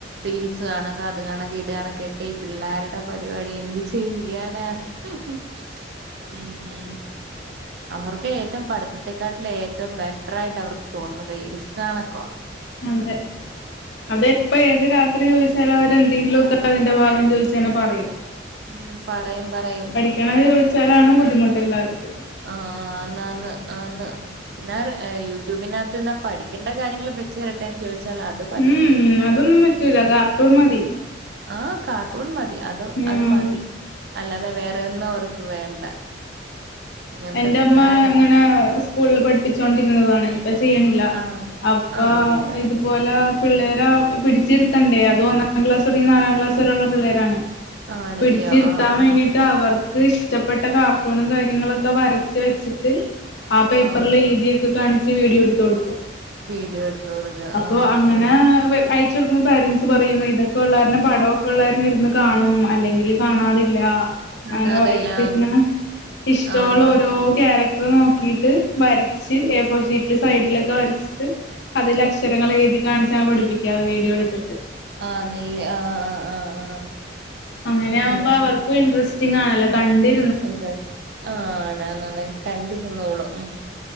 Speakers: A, on the right; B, on the left.
A: റീൽസ് കാണും അത് കാണക്കെ ഇത് കാണക്കെ ഒക്കെ ഈ പിള്ളേരുടെ പരിപാടി എന്ത് ചെയ്യാനാ. ഉം ഹും ഉം ഉം അവർക്ക് ഏറ്റം പഠിത്തത്തെക്കാട്ടില് ഏറ്റവും ബെറ്ററായിട്ട് അവർക്ക് തോന്നുന്നതെ റീൽസ് കാണക്കവ
B: അതെ അത് എപ്പോ ഏത് രാത്രി ചോദി ചലവരെന്തെങ്കിലു ഒക്കെ അതിന്റെ ഭാഗം ചോയിച്ചന്നെ പറയും
A: ഉം പറയും പറയും
B: ക്കെണ്ത് ചോയിച്ചാലാണ് ബുദ്ധിമുട്ട് എല്ലാർക്കും
A: ആഹ് ആന്ന് ആന്ന് ആന്ന്‌ എന്നാർ ഏഹ് യൂട്യൂബിനത്ത്ന്നാ പഠിക്കേണ്ട കാര്യങ്ങള് വെച്ച്തരട്ടെ ചോയിച്ചാൽ അതും
B: ഉം ഉം അതൊന്നും പറ്റൂല്ല കാർട്ടൂൺ മതി
A: ആഹ് കാർട്ടൂൺ മതി അത്
B: ഉം
A: അത് മതി അല്ലാതെ വേറെ ഒന്നും അവർക്ക് വേണ്ട അങ്ങനത്തെ
B: എന്റെ
A: പിള്ളോരാ
B: അമ്മ ഇങ്ങനെ സ്കൂളില് പഠിപ്പിച്ചോണ്ടിരുന്നതാണേ ഇപ്പ ചെയ്യണില്ല
A: ആണ്
B: അപ്പ
A: ആണല്ല്യോ
B: ഇത് ഇതുപോലെ പിള്ളേരെ പിടിച്ചിരുത്തണ്ടേ അതും ഒന്നാം ക്ലാസ് തുടങ്ങി നാലാം ക്ലാസ് വരെയുള്ള പിള്ളേരാണ്.
A: ആണല്ല്യോ
B: പിടിച്ചിരുത്താം
A: ആഹ് ആഹ്
B: വേണ്ടി ട്ട് അവർക്ക് ഇഷ്ടപ്പെട്ട കാർട്ടൂണും കാര്യങ്ങളൊക്കെ വരച്ച് വെച്ചിട്ട്. ആ പേപ്പറില്
A: ആഹ്
B: എഴുതിക്കെ കാണിച്ച് വീഡിയോ എടുത്ത്‌ കൊടുക്കും.
A: വീഡിയോ എടുത്ത് കൊടുക്ക
B: അപ്പൊ
A: ആഹ്
B: അങ്ങനെ
A: ആഹ്
B: അയ്‌ ച്ച് കൊടുക്കുമ്പോ പേരന്റ്സ് പറയും ഇതൊക്കെ ള്ളോര്ണം പടക്കെ ഉള്ള കാരണം ഇരുന്ന് കാണും അല്ലെങ്കി കാണാറില്ല
A: കാണാറില്ലാന്ന്
B: അങ്ങനെ പറയും പിന്നെ ഇഷ്ട്ടോള്ള
A: ആന്ന്
B: ഓരോ ക്യാര ക്റ്ററ് നോക്കിട്ട് വരച്ച് എ ഫോർ ഷീറ്റില് സൈഡിലൊക്കെ വരച്ചിട്ട് അതില് അക്ഷരങ്ങൾ എഴുതി കാണിച്ചാണ് പഠിപ്പിക്കാറ് വീഡിയോ എടുത്തിട്ട്.
A: ആഹ് നില്ല് ആഹ് ആഹ് ആഹ് ആഹ്
B: അങ്ങനെ
A: ഉം
B: ആവുമ്പം അവർക്കും ഇൻന്ററസ്റ്റിംങ്ങാണല്ലോ കണ്ടി
A: ഇൻട്രസ് ആഹ് ആണ് ആണ് കണ്ടിരുന്നോളും ഉം